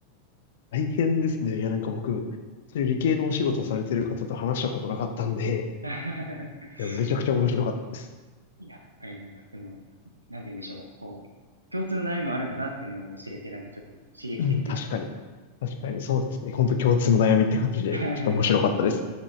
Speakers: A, on the left; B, on the right.
A: 大変ですね。いや、なんか僕、そういう理系のお仕事されてる方と話したことなかったんで、
B: <laughs>
A: いや、めちゃくちゃ面白かったです。
B: いや、ありがとうございます。でも、なんて言うんでしょう。こう、共通の悩みもあるんだなっていうのを知れて、なんかちょっと刺激的でした。
A: うん、確かに。確かに、そうですね。本当共通の悩みって感じで、
B: <laughs>
A: ちょっと面白かったです。